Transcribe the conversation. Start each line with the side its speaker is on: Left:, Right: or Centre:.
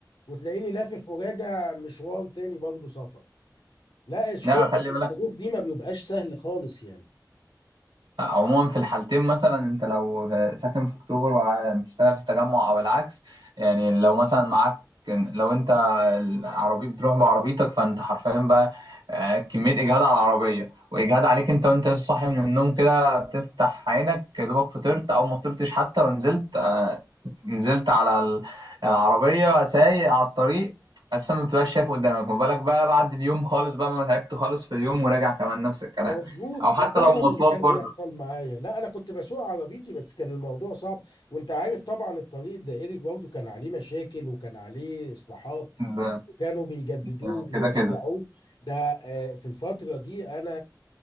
Left: وتلاقيني لافف وراجع مشوار تاني برضو سفر لا الشغل
Right: لا خلي
Left: في
Right: بالك
Left: الظروف دي ما بيبقاش سهل خالص يعني
Right: عموما في الحالتين مثلا انت لو ساكن في اكتوبر وبتشتغل في التجمع او العكس يعني لو مثلا معاك لو انت العربية بتروح بعربيتك فانت حرفيا بقى آه، كمية اجهاد على العربية واجهاد عليك انت وانت لسه صاحي من النوم كده تفتح عينك يا دوبك فطرت او ما فطرتش حتى ونزلت آه، نزلت على ال- العربية سايق على الطريق اساسا ما بتبقاش شايف قدامك ما بالك بقى بعد اليوم خالص بقى ما تعبت خالص في اليوم وراجع كمان نفس الكلام
Left: مظبوط
Right: او حتى
Left: ده فعلا
Right: لو مواصلات
Left: اللي كان
Right: برضه
Left: بيحصل معايا لا انا كنت بسوق عربيتي بس كان الموضوع صعب وانت عارف طبعا الطريق الدائري برضه كان عليه مشاكل وكان عليه اصلاحات
Right: ده
Left: كانوا بيجددوه
Right: ده
Left: بيوسعوه
Right: كده كده
Left: ده آه، في الفترة دي انا